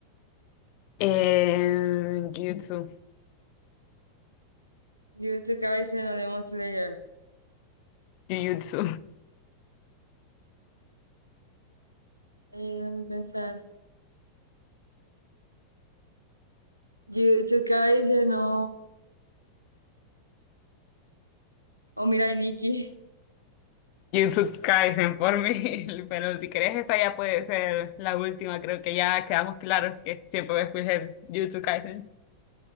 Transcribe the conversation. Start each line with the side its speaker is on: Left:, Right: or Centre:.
Left: Eh, Jujutsu.
Right: Jujutsu Kaisen o Demon Slayer.
Left: Jujutsu.
Right: Eh, déjame pensar. Jujutsu Kaisen o, o Mirai Nikki.
Left: Jujutsu Kaisen por mí. <laughs> Pero si querés, esa ya puede ser la última. Creo que ya quedamos claros que siempre voy a escoger Jujutsu Kaisen.